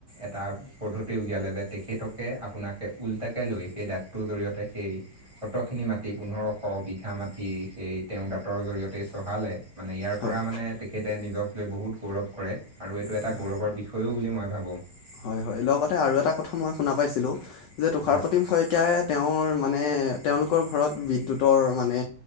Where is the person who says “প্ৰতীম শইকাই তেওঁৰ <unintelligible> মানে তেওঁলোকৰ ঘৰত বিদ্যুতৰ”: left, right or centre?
Left